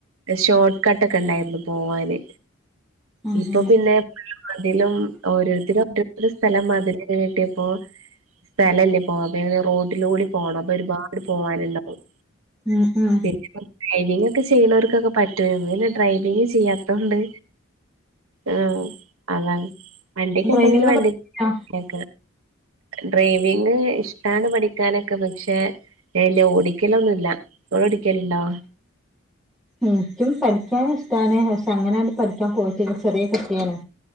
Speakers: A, on the right; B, in the centre.
A: ഷോർട്ട് കട്ട് ഒക്കെ ഉണ്ടായിരുന്നു പോവാന്
B: അങ്ങനെ
A: ഇപ്പൊ പിന്നെ അതിലും ഓരോരുത്തരും ഓര സ്ഥലം മതില് കെട്ടിയപ്പോ? സ്ഥലന്നെ പോണം അപ്പ റോട്ടില കൂടി പോണം അപ്പൊ ഒരുപാട് പോവാനുണ്ടാവും.
B: ഉം ഉം.
A: പിന്നെ ഡ്രൈവിംഗ് ഒക്കെ ചെയ്യുന്നവർക്കൊക്കെ പറ്റുവന്ന ഡ്രൈവിങ് ചെയ്യാത്തൊണ്ട്? ആഹ് അതാ വണ്ടിക്ക
B: ഡ്രൈവിംഗ്
A: ഉണ്ടെങ്കിൽ വണ്ടിക്ക
B: പഠിച്ചോ
A: ഡ്രൈവിങ് ഇഷ്ടാണ് പഠിക്കാനൊക്കെ പക്ഷെ അല് ഓടിക്കലൊന്നുല്ല. ഒള്ളോടിക്കൽണ്ടോ?
B: എനിക്കും പഠിക്കാൻ ഇഷ്ടാണ് പക്ഷെ അങ്ങനെ പഠിക്കാൻ പോയിട്ട ചെറിയ കുട്ട്യണ്.